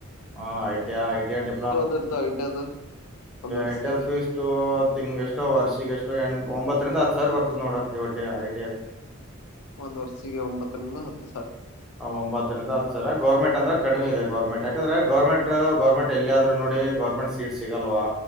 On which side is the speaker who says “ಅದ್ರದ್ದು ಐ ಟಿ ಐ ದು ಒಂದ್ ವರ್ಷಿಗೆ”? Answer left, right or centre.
Left